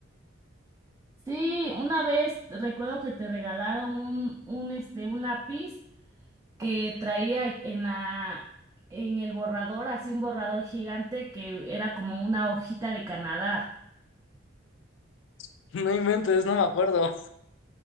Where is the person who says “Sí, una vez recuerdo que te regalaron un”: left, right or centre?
Right